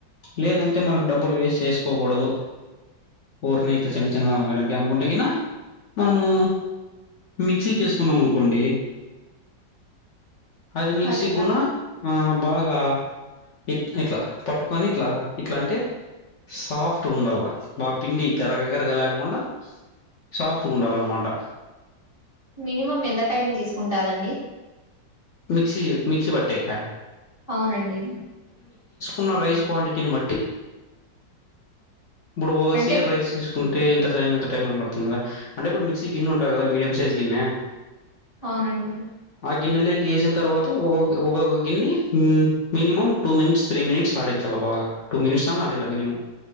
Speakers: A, on the left; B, on the left.
A: లేదంటే మనకు డబ్బులు వేస్ట్ చేసుకోకూడదు. ఊరిని ఇట్లా చిన్న చిన్నదే అనుకుంటే కు మనము మిక్సీకిసుకున్నాం అనుకోండి. అది మిక్సీ
B: ఆ చెప్పండి
A: గుణ ఆ బాగా ఇలా ఇట్లా పట్టుకని ఇట్లా ఇట్లా అంటే సాఫ్ట్ సాఫ్ట్గా ఉండాల బాగా పిండి కరగగరగా లేకుండా సాఫ్ట్గా ఉండాల అన్నమాట.
B: మినిమం ఎంత టైం తీసుకుంటాదండి.
A: మిక్సీ పట్టేకా
B: అవునండి.
A: ఉన్న రైస్ క్వాంటిటీని బట్టి, ఇప్పుడు ఒకసేర్
B: అంటే
A: రైస్ తీసుకుంటే. అంటే ఇంత సైజ్ ఎంత టైమ్ పడుతుందా. అంటేప్పుడు మిక్సీ గిన్నె ఉంటాది కదా మీడియం సైజ్ గిన్నె
B: అవునండి
A: ఆ గిన్నెలోకి వేసిన తర్వాత ఒకొక్క గిన్నె minimum two minutes three minutes ఆడించాల బాగా టూ మినిట్స్అడిలే మినిమమ్.